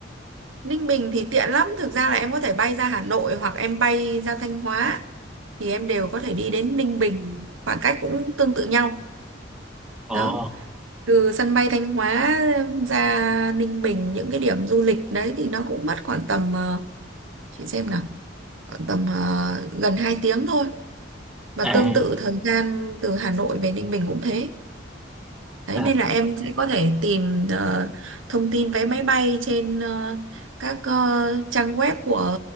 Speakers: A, on the right (about 85°); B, in the centre.
A: Ninh Bình thì tiện lắm thực ra là em có thể bay ra Hà Nội hoặc em bay ra Thanh Hóa thì em đều có thể đi đến Ninh Bình khoảng cách cũng tương tự nhau
B: ờ
A: đó từ sân bay Thanh Hóa ra Ninh Bình những cái điểm du lịch đấy thì nó cũng mất khoảng tầm ờ, chị xem nào khoảng tầm ờ, gần 2 tiếng thôi và
B: à
A: tương tự thời gian từ Hà Nội về Ninh Bình cũng thế Đấy
B: à
A: nên là em sẽ có thể tìm ờ, thông tin vé máy bay trên ờ, các ờ, trang web của